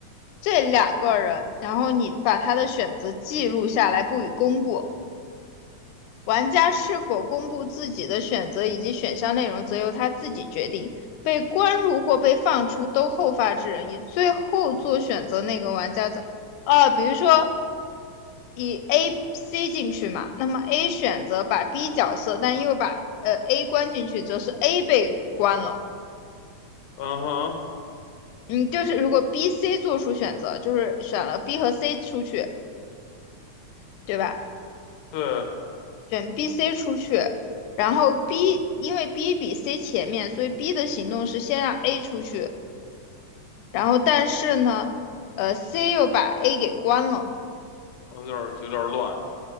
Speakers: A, on the left (about 85°); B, on the left (about 70°).
A: 这两个人，然后你把他的选择记录下来，不予公布。玩家是否公布自己的选择以及选项内容，则由他自己决定。被关入或被放出都后发制人，以最后做选择那个玩家的。啊，比如说以 A、C 进去嘛，那么 A 选择把 B 角色，但又把呃 A 关进去，则是 A 被关了。
B: 嗯哼，
A: 嗯，就是如果 B、C 做出选择，就是选了 B 和 C 出去，对吧？
B: 对，
A: 选 B、C 出去，然后 B 因为 B 比 C 前面，所以 B 的行动是先让 A 出去，然后但是呢，呃，C 又把 A 给关了，
B: 我有点儿有点儿乱，